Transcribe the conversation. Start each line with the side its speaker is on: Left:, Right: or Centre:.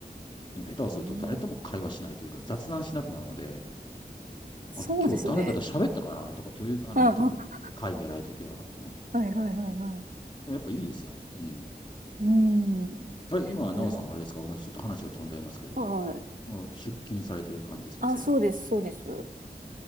Left: でも下手をすると誰とも会話しないというか、
Right: い。ええ
Left: 雑談しなくなるので、
Right: そうですね。
Left: あれ、今日誰かと喋ったかなとか、という、あの、
Right: ああ、
Left: 時はね、会議がない時は。う
Right: はいはいはいはい。
Left: ん、やっぱいいですよ。うん。
Right: うん。
Left: あれ、今、なおさんはあれですかごめん、
Right: ね、
Left: ちょっと話が飛んじゃいますけど、
Right: はい。
Left: もう出勤されてる感じですかね。
Right: あ、そうです、そうです。